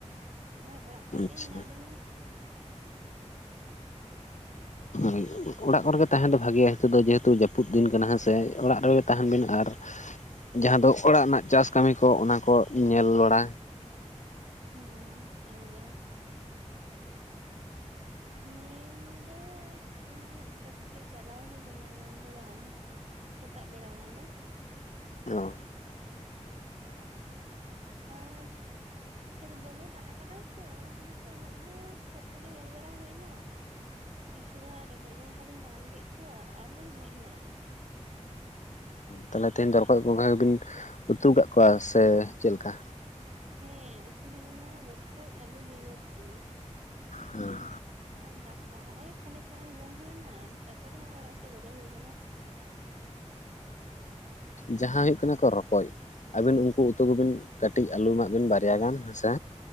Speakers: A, on the right; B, on the left.
A: ᱦᱚᱸᱜᱼᱚᱭ ᱚᱲᱟᱜ ᱠᱚᱨᱮ
B: ᱟᱪᱪᱷᱟ
A: ᱜᱮ ᱢᱮᱱᱟᱜ ᱞᱤᱝᱼᱟ᱾ ᱦ
B: ᱦᱤᱛ ᱛᱳ ᱚᱲᱟᱜ ᱠᱚᱨᱮᱜᱮ ᱛᱟᱦᱮᱱ ᱫᱚ ᱵᱷᱟᱜᱮᱭᱟ ᱱᱤᱛᱚᱜ ᱫᱚ ᱡᱮᱦᱮᱛᱩ ᱡᱟᱹᱯᱩᱫ ᱫᱤᱱ ᱠᱟᱱᱟ ᱦᱮᱸᱥᱮ ᱚᱲᱟᱜ ᱨᱮᱜᱮ ᱛᱟᱦᱮᱱ ᱵᱤᱱ ᱟᱨ ᱡᱟᱦᱟᱸ ᱫᱚ ᱚᱲᱟᱜ ᱨᱮᱱᱟᱜ ᱪᱟᱥ ᱠᱟᱹᱢᱤ ᱠᱚ ᱚᱱᱟ ᱠᱚ ᱧᱮᱞ ᱵᱟᱲᱟ᱾
A: ᱦᱩᱸ ᱮᱠᱫᱚᱢ᱾ ᱧᱮᱞ ᱫᱚ ᱮᱱᱟᱱᱚᱱ ᱠᱷᱮᱛ ᱥᱮᱮᱫ ᱪᱟᱞᱟᱣ ᱦᱩᱭ ᱞᱮᱱᱟ ᱵᱟᱝ ᱫᱚ ᱵᱟᱝ ᱥᱮᱛᱟᱜ ᱵᱮᱲᱟ ᱚᱱᱟᱫᱚ
B: ᱧᱳ
A: ᱟᱹᱪ ᱠᱷᱮᱛ ᱫᱚᱢᱮ ᱫᱟᱜ ᱟᱠᱟᱫᱟᱭ ᱛᱚ ᱚᱱᱟ ᱠᱷᱟᱹᱛᱤᱨ ᱛᱮ ᱩᱱᱟᱹᱜ ᱫᱚ ᱠᱷᱮᱛ ᱠᱚᱜᱮ ᱧᱮᱞ ᱵᱟᱲᱟ ᱦᱩᱭ ᱮᱱᱟ᱾ ᱠᱤᱪᱷᱩ ᱜᱟᱱ ᱨᱚᱠᱚᱡ ᱜᱚᱝᱜᱷᱟ ᱞᱤᱧ ᱦᱟᱞᱟᱝ ᱠᱮᱫ ᱠᱚᱣᱟ ᱟᱨᱞᱤᱤᱧ ᱦᱮᱡ ᱮᱱᱟ᱾
B: ᱛᱟᱦᱚᱞᱮ ᱛᱮᱦᱮᱧ ᱫᱚ ᱨᱚᱠᱚᱡ ᱜᱚᱝᱜᱷᱟ ᱜᱮᱵᱤᱱ ᱩᱛᱩ ᱠᱟᱫ ᱠᱚᱣᱟ ᱥᱮ ᱪᱮᱫᱠᱟ?
A: ᱦᱮᱸ ᱩᱛᱩ ᱦᱩᱭ ᱞᱮᱱᱟ ᱨᱚᱠᱚᱡ ᱟᱞᱩ ᱵᱤᱞᱟᱹᱛᱤ᱾
B: ᱦᱮᱸ
A: ᱟᱨ ᱫᱟᱠᱟ ᱦᱚᱸᱼᱚᱭ ᱠᱷᱟᱱᱮᱠ ᱢᱟᱲᱟᱝ ᱡᱚᱢ ᱦᱩᱭ ᱮᱱᱟ ᱛᱟᱨᱯᱚᱨᱮ ᱱᱚᱜᱼᱚᱭ ᱚᱲᱟᱜ ᱥᱮᱫ ᱵᱚᱞᱚ ᱦᱩᱭ ᱠᱟᱱᱟ᱾
B: ᱡᱟᱦᱟᱸ ᱦᱩᱭᱩᱜ ᱠᱟᱱᱟ ᱠᱚ ᱨᱚᱠᱚᱡ ᱟᱹᱵᱤᱱ ᱩᱱᱠᱩ ᱩᱛᱩ ᱠᱚᱵᱤᱱ ᱠᱟᱹᱴᱤᱡ ᱟᱹᱞᱩ ᱮᱢᱟᱜ ᱵᱤᱱ ᱵᱟᱨᱭᱟ ᱜᱟᱱ ᱦᱮᱸᱥᱮ